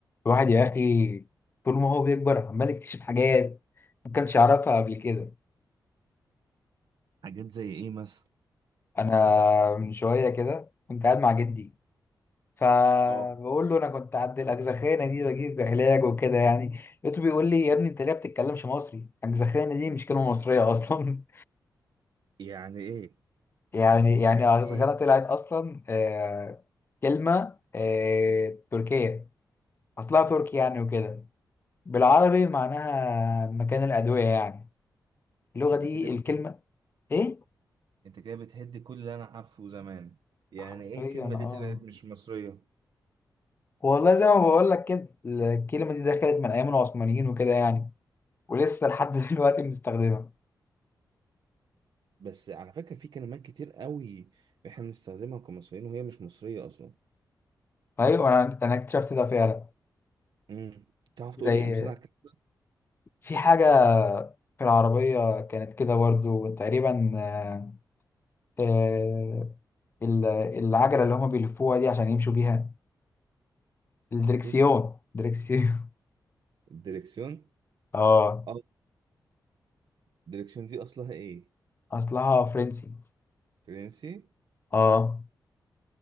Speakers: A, on the left (about 30°); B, on the right (about 75°).
A: الواحد يا اخي طول ما هو بيكبر عمال يكتشف حاجات ما كانش يعرفها قبل كده
B: حاجات زي ايه مثلا
A: انا من شويه كده كنت قاعد مع جدي فبقول
B: اه
A: له انا كنت عند الاجزخانه دي بجيب علاج وكده يعني لقيته بيقول لي يا ابني انت ليه ما بتتكلمش مصري الاجزخانه دي مش كلمه مصريه اصلا
B: يعني ايه
A: <laughs> يعني يعني
B: يعني
A: الاجزخانه
B: ايه
A: طلعت اصلا آه، كلمه آه، تركيه اصلها تركي يعني وكده بالعربي معناها مكان الادويه يعني اللغه
B: انت
A: دي
B: كده بت...
A: الكلمه ايه
B: انت كده بتهد كل اللي انا عارفه زمان يعني
A: حرفيا
B: ايه الكلمه
A: اه
B: دي طلعت مش مصريه
A: والله زي ما بقول لك كده الكلمه دي دخلت من ايام العثمانيين وكده يعني ولسه لحد <laughs> دلوقتي بنستخدمها
B: بس على فكره في كلمات كتير قوي احنا بنستخدمها كمصريين وهي مش مصريه اصلا
A: ايوه انا انا اكتشفت ده فعلا
B: امم تعرف تقول
A: زي
B: لي امثله على الكلام ده
A: في حاجه في العربيه كانت كده برضه تقريبا آه، آه، ال- العجله اللي هما بيلفوها دي عشان يمشوا بيها الدركسيون
B: استيب
A: دركسيون
B: الدركسيون
A: <laughs> اه
B: اه الدركسيون دي اصلها ايه
A: اصلها فرنسي
B: فرنسي
A: اه